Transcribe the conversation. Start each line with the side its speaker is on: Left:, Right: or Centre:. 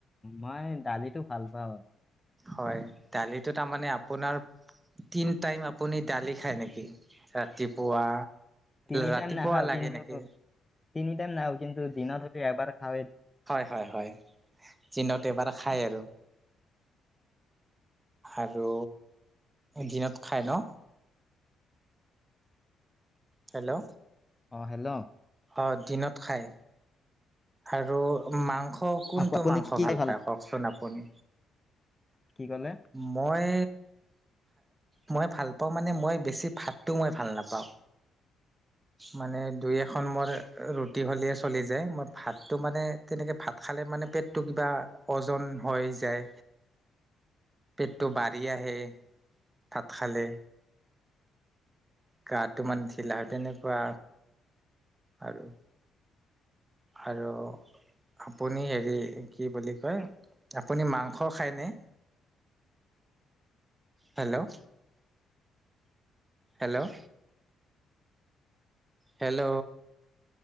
Left: মই দালিটো ভাল পাওঁ আৰু।
Right: হয়, দালিটো তাৰমানে আপোনাৰ তিন টাইম আপুনি দালি খায় নেকি? ৰাতিপুৱা
Left: তিনি
Right: ৰাতিপুৱা
Left: টাইম নাখাও,
Right: লাগে
Left: কিন্তু
Right: নেকি
Left: তিনি টাইম নাখাও, কিন্তু দিনত হ'লে এবাৰ খাওৱে।
Right: হয়, হয়, দিনত এবাৰ খায় আৰু। আৰু দিনত খাই ন? হেল্ল'
Left: অ'হেল্ল'
Right: অ'দিনত খাই। আৰু মাংস কোনটো
Left: আপ আপুনি
Right: মাংস
Left: কি কি
Right: ভাল
Left: খাই
Right: পায় কওকচোন আপুনি?
Left: কি ক'লে
Right: মই মই ভাল পাওঁ মানে মই বেছি ভাতটো মই ভাল নাপাওঁ। মানে দুই এখন মোৰ ৰুটি হ'লেই চলি যায়। মই ভাতটো মানে তেনেকৈ ভাত খালে মানে পেটটো কিবা ওজন হৈ যায়।
Left: <inaudible>
Right: পেটটো বাঢ়ি আহে ভাত খালে। গাটো মানে ঢিলা হয় তেনেকুৱা আৰু। আৰু আপুনি হেৰি কি বুলি কয় আপুনি মাংস খায়নে?
Left: <inaudible>
Right: Hello hello. হেল্ল'।